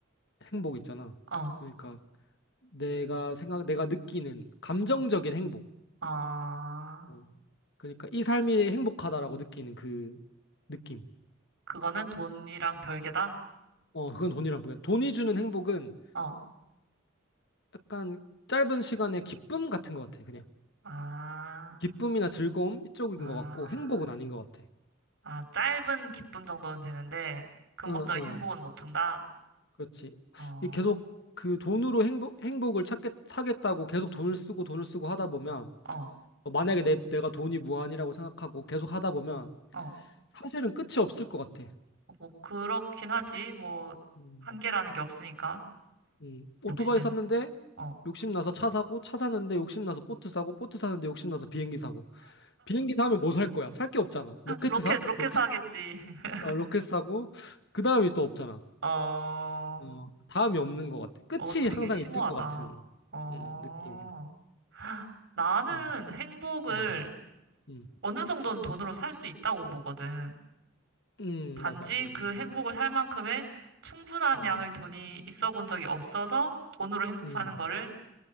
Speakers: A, on the left; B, on the right.
A: 행복 있잖아.
B: 어,
A: 그러니까 내가 생각, 내가 느끼는 감정적인
B: 음.
A: 행복.
B: 아,
A: 어. 그러니까 이 삶이 행복하다라고 느끼는 그 느낌은
B: 그거는 돈이랑 별개다?
A: 어 그건 돈이란 말이야. 돈이 주는 행복은
B: 어,
A: 약간 짧은 시간의 기쁨 같은 것 같아. 그냥
B: 아,
A: 기쁨이나 즐거움 이쪽인
B: 아.
A: 것 같고 행복은 아닌 것 같아.
B: 아, 짧은 기쁨 정도는 되는데, 근본적인
A: 어어
B: 행복은 못 준다?
A: 그렇지.
B: 어,
A: 이 계속 그 돈으로 행복, 행복을 찾겠, 사겠다고 계속 돈을 쓰고 돈을 쓰고 하다 보면,
B: 어,
A: 어, 만약에 내, 내가 돈이 무한이라고 생각하고 계속 하다 보면,
B: 어.
A: 사실은 끝이 없을 것 같아.
B: 뭐, 그렇긴 하지. 뭐,
A: 음,
B: 한계라는 게 없으니까,
A: 음. 오토바이
B: 욕심에는.
A: 샀는데,
B: 어.
A: 욕심나서 차 사고, 차 사는데 욕심나서 보트 사고, 보트 사는데 욕심나서 비행기 사고. 비행기 사면 뭐 살 거야? 살 게 없잖아. 로켓
B: 로켓,
A: 사?
B: 로켓
A: 로켓,
B: 사겠지. <laughs>
A: 어, 로켓 사고, 그 다음이 또 없잖아.
B: 어,
A: 어, 다음이 없는 것 같아. 끝이
B: 어, 되게
A: 항상
B: 심오하다.
A: 있을 것 같은,
B: 어,
A: 음, 느낌이야.
B: 나는
A: 음,
B: 행복을
A: 음, 음.
B: 어느 정도는 돈으로 살 수 있다고 보거든.
A: 음,
B: 단지
A: 맞아. 어느 정도.
B: 그 행복을 살 만큼의 충분한
A: 음,
B: 양의 돈이 있어 본 적이 없어서 돈으로 행복
A: 음,
B: 사는 거를